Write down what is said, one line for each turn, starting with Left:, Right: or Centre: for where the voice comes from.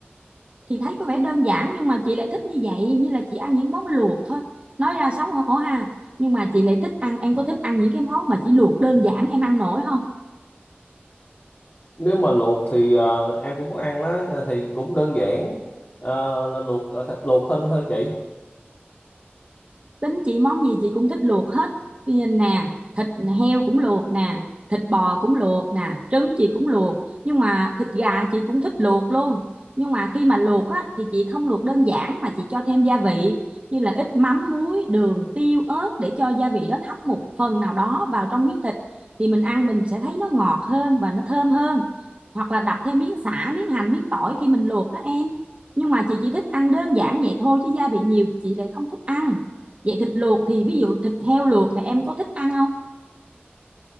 Right: chị thấy có vẻ đơn giản nhưng mà chị lại thích như vậy như là chị ăn những món luộc thôi nói ra xấu hổ ha nhưng mà chị lại thích ăn em có thích ăn những cái món mà chỉ luộc đơn giản em ăn nổi không
Left: Nếu mà luộc thì ờ, em cũng có ăn đó ờ, thì cũng đơn giản Ờ, là luộc ờ, thịt luộc thôi thôi chị.
Right: tính chị món gì chị cũng thích luộc hết Ví dụ nè thịt heo cũng luộc nè thịt bò cũng luộc nè trứng chị cũng luộc nhưng mà thịt gà chị cũng thích luộc luôn nhưng mà khi mà luộc á thì chị không luộc đơn giản mà chị cho thêm gia vị như là ít mắm muối đường tiêu ớt để cho gia vị đó thấm một phần nào đó vào trong miếng thịt thì mình ăn mình sẽ thấy nó ngọt hơn và nó thơm hơn hoặc là đập thêm miếng sả miếng hành miếng tỏi khi mình luộc đó em nhưng mà chị chỉ thích ăn đơn giản vậy thôi chứ gia vị nhiều thì chị lại không thích ăn Vậy thịt luộc thì ví dụ thịt heo luộc thì em có thích ăn không?